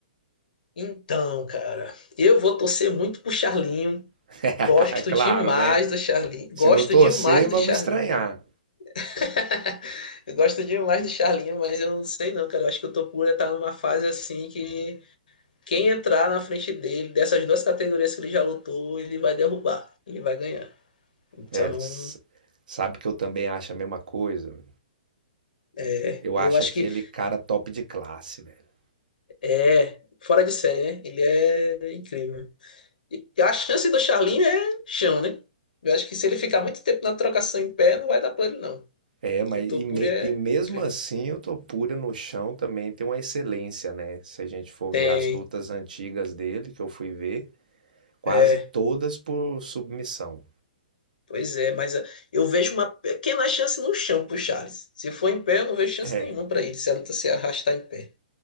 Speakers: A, on the left; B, on the right.
A: Então, cara, eu vou torcer muito pro Charlinho.
B: <laughs>
A: Gosto
B: Claro,
A: demais
B: né?
A: do Charlinho.
B: Se
A: Gosto
B: não torcer,
A: demais
B: vamos
A: do Charlinho.
B: estranhar.
A: <laughs> Eu gosto demais do Charlinho, mas eu não sei não, cara. Eu acho que o Topura tá numa fase assim que quem entrar na frente dele, dessas duas categorias que ele já lutou, ele vai derrubar, ele vai ganhar. Então,
B: É, s- sabe que eu também acho a mesma coisa.
A: é,
B: Eu
A: eu
B: acho
A: acho
B: aquele
A: que
B: cara top de classe, velho.
A: é fora de série, né? Ele é incrível. E a chance do Charlinho é chão, né? Eu acho que se ele ficar muito tempo na trocação em pé, não vai dar pra ele, não.
B: É, mas
A: O Topura
B: e, me-
A: é
B: e mesmo
A: incrível.
B: assim o Topura no chão também tem uma excelência, né? Se a gente for
A: Tem.
B: ver as lutas antigas dele, que eu fui ver, quase
A: é,
B: todas por submissão.
A: Pois é, mas ah, eu vejo uma pequena chance no chão pro Charles. Se for em pé, eu não vejo chance
B: É.
A: nenhuma para ele, se a luta se arrastar em pé.